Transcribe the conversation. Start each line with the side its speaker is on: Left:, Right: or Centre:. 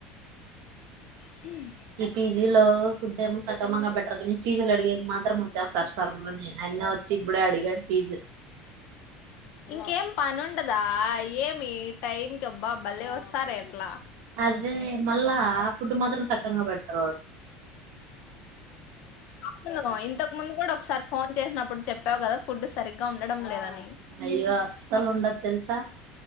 Left: హ్మ్
Right: ఈ పీజీ లో ఫుడ్ ఏం సక్రమంగా పెట్టర్ కానీ ఫీజులు అడిగేకి మాత్రం ముందేస్తరు సర్ర్ అని, ఆయన్నే వచ్చి ఇప్పుడే అడిగాడు ఫీజు.
Left: ఇంకేం పనుండదా, ఏమి టైంకబ్బా బలే వస్తారే అట్లా
Right: అదే మల్ల ఫుడ్ మాత్రం సక్ ఇష్టంగా పెడతరు కావచ్చు
Left: అవును ఇంతకు ముందు కూడా ఒకసారి ఫోన్ చేసినప్పుడు చెప్పావు కదా. ఫుడ్ సరిగ్గా ఉండడం లేదని.
Right: అయ్యో సలు ఉండదు తెలుసా